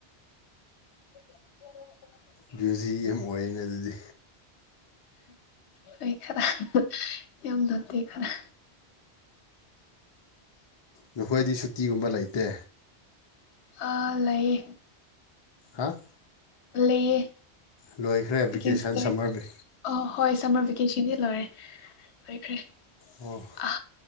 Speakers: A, on the left; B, on the left.
A: <unintelligible>
B: ꯕꯤꯎꯖꯤ ꯌꯥꯝ ꯑꯣꯏꯅꯦ ꯑꯗꯨꯗꯤ
A: ꯍꯣꯏ ꯈꯔ ꯌꯥꯝ ꯅꯠꯇꯦ ꯈꯔ
B: ꯅꯈꯣꯏꯗꯤ ꯁꯨꯇꯤꯒꯨꯝꯕ ꯂꯩꯇꯦ
A: ꯑꯥ ꯂꯩꯌꯦ
B: ꯍꯥ
A: ꯂꯩꯌꯦ
B: ꯂꯣꯏꯈ꯭ꯔꯦ ꯚꯦꯀꯦꯁꯟ
A: ꯁꯦꯀꯦꯟ ꯁ꯭ꯇꯦꯞ
B: ꯁꯝꯃꯔ
A: ꯑ ꯍꯣꯏ ꯁꯝꯃꯔ ꯚꯦꯀꯦꯁꯟꯗꯤ ꯂꯣꯏꯔꯦ ꯂꯣꯏꯈ꯭ꯔꯦ
B: ꯑꯣ
A: ꯑ